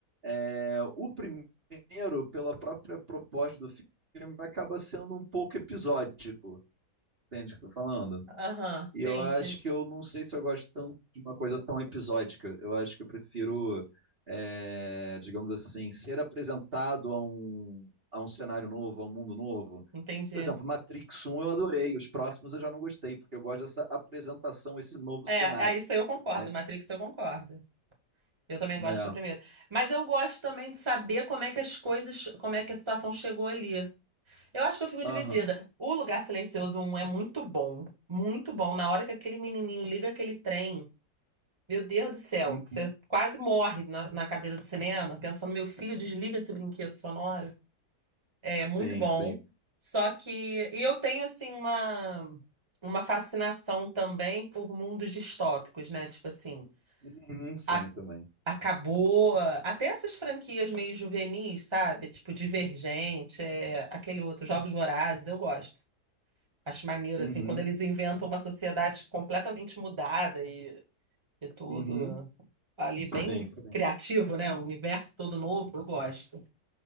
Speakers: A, on the right; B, on the right.
A: É, o primeiro, pela própria proposta do filme, acaba sendo um pouco episódico, entende o que eu tô falando?
B: Aham, sim,
A: E eu acho
B: sim.
A: que eu não sei se eu gosto tanto de uma coisa tão episódica. Eu acho que eu prefiro, é, digamos assim, ser apresentado a um, a um cenário novo, a um mundo novo.
B: Entendi.
A: Por exemplo, Matrix um eu adorei, os próximos eu já não gostei, porque eu gosto dessa apresentação, esse novo
B: É,
A: cenário.
B: é, isso aí eu concordo.
A: É,
B: Matrix eu concordo. Eu também gosto
A: é.
B: do primeiro. Mas eu gosto também de saber como é que as coisas, como é que a situação chegou ali. Eu acho que eu fico
A: Aham.
B: dividida. O Lugar Silencioso um é muito bom. Muito bom. Na hora que aquele menininho liga aquele trem, meu Deus do céu,
A: Uhum.
B: que você quase morre na, na cadeira do cinema, pensando, meu filho, desliga esse brinquedo sonoro. É
A: Sim,
B: muito bom.
A: sim.
B: Só que. E eu tenho, assim, uma, uma fascinação também por mundos distópicos, né? Tipo assim.
A: Uhum, sim,
B: a-
A: também.
B: Acabou. Até essas franquias meio juvenis, sabe? Tipo Divergente, é, aquele outro, Jogos Vorazes, eu gosto. Acho maneiro,
A: Uhum,
B: assim, quando eles inventam uma sociedade completamente mudada e, e tudo
A: uhum.
B: ali
A: Sim,
B: bem
A: sim.
B: criativo, né? Um universo todo novo, eu gosto.